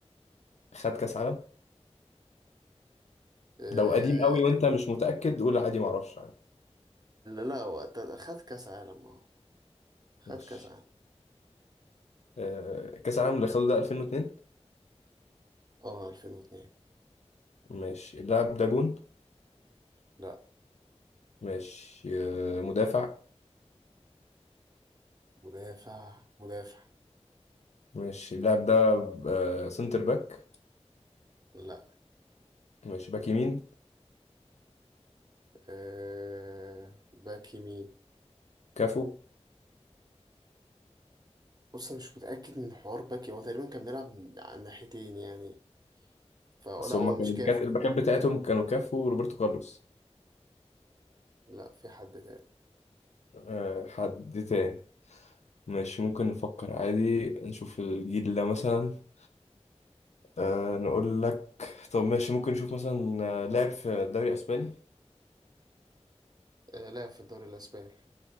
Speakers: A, on the left (about 75°); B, on the right (about 35°).
A: خد كاس عالم
B: أه...
A: لو قديم قوي وانت مش متأكد قول عادي معرفش يعني
B: لا وقت خد كأس عالم أهو خد
A: ماشي
B: كأس عالم
A: آه كاس العالم اللي خده ده 2002
B: أه 2002
A: ماشي اللاعب ده جون
B: لا
A: ماشي آه مدافع
B: مدافع مدافع
A: ماشي اللاعب ده آه سنتر باك
B: لا
A: ماشي باك يمين
B: أه... باك يمين
A: كافو
B: بص أنا مش متأكد من حوار باك هو تقريبا كان بيلعب على الناحيتين يعني فلا
A: بس هما
B: هو مش
A: كانوا
B: كافو
A: الباكات الباكات بتاعتهم كانوا كافو وروبرتو كارلوس
B: لا في حد تاني
A: آه حد تاني ماشي ممكن نفكر عادي نشوف الجيل ده مثلا أه نقول لك طب ماشي ممكن نشوف مثلا آه، لاعب في الدوري الاسباني
B: أه... لا في الدوري الأسباني